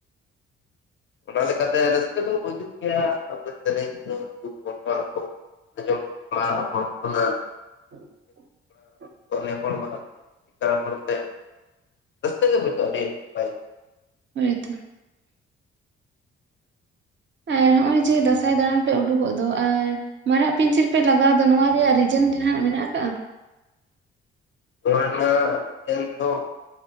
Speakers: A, on the left (about 40°); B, on the right (about 40°).
A: ᱚᱱᱟ ᱞᱮᱠᱟᱛᱮ ᱨᱟᱹᱥᱠᱟᱹ ᱫᱚ ᱦᱟᱹᱡᱩᱜ ᱜᱮᱭᱟ ᱟᱨ ᱥᱮᱨᱮᱧ ᱠᱚ <unintelligible> ᱟᱸᱡᱚᱢ ᱠᱟᱛᱤ ᱢᱟ ᱦᱚᱲᱠᱩ ᱚᱱᱟ <unintelligible>
B: <inaudible>
A: ᱛᱚᱱᱮ ᱯᱟᱲ ᱵᱟᱜᱷᱟᱱ ᱛᱟᱨᱯᱚᱨᱮ ᱛᱟᱭᱚᱢ ᱤᱱᱠᱟᱹ ᱜᱮ ᱦᱩᱭ ᱠᱚᱜᱼᱟ <unintelligible>
B: ᱦᱳᱭᱛᱚ ᱟᱨ ᱱᱚᱜ ᱚᱭ ᱡᱮ ᱫᱟᱸᱥᱟᱭ ᱫᱟᱲᱟᱱ ᱯᱮ ᱩᱰᱩᱠᱚᱜ ᱫᱚ ᱟᱨ ᱢᱟᱨᱟᱜ ᱯᱤᱧᱪᱟᱹᱨ ᱯᱮ ᱞᱟᱜᱟᱣ ᱫᱚ ᱱᱚᱣᱟ ᱨᱮᱭᱟᱜ ᱨᱤᱡᱮᱱ ᱡᱟᱦᱟᱸᱱᱟᱜ ᱢᱮᱱᱟᱜ ᱟᱠᱟᱟᱜᱼᱟ
A: ᱱᱚᱣᱟ ᱨᱮᱱᱟᱜ ᱨᱤᱡᱮᱱ ᱫᱚ